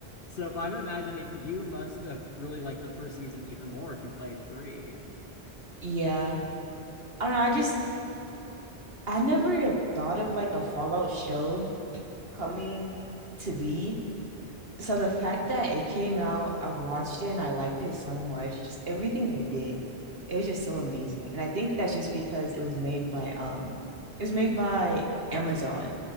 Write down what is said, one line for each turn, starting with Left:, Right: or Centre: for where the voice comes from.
Left: So, but I'm imagining you must have really liked the first season even more if you played three.
Right: Yeah. I don't know. I just I never thought of like a Fallout show coming to be. So the fact that it came out, I watched it and I liked it so much. Just everything they did. It was just so amazing. And I think that's just because it was made by um it was made by Amazon.